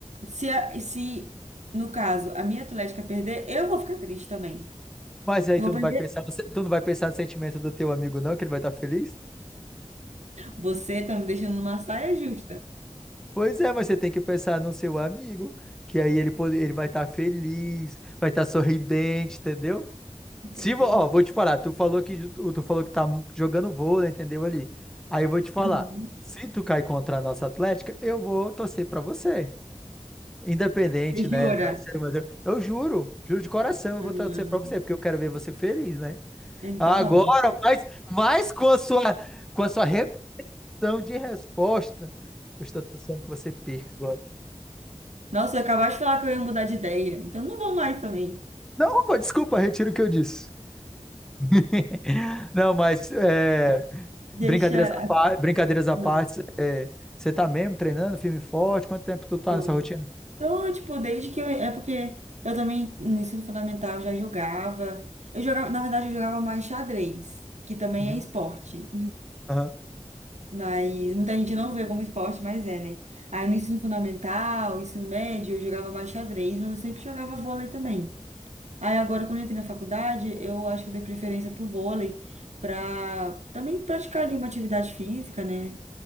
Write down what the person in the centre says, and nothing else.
Mas aí
tu
não vai pensar no, se- tu não vai pensar no sentimento do teu amigo, não, que ele vai estar feliz?
Pois é, mas você tem que pensar no seu amigo, que aí ele, pode- ele vai estar feliz, vai estar sorridente, entendeu?
Se, vo- ó, vou te falar, tu falou que tu falou que tá jogando vôlei, entendeu ali? Aí eu vou te falar,
se tu cair contra a nossa Atlética, eu vou torcer pra você. Independente, né,
da ser eu juro, juro de coração, eu
vou torcer pra você, porque eu quero ver você feliz, né?
Agora,
mas, mas com a sua com a sua repetição de resposta, eu estou torcendo que você perca agora.
Não, pô, desculpa, retiro o que eu disse. <laughs> Não, mas é,
Brincadeiras à parte,
brincadeiras
à parte, é, você tá mesmo treinando firme e forte? Quanto tempo tu tá
nessa rotina?
Uhum.
Aham.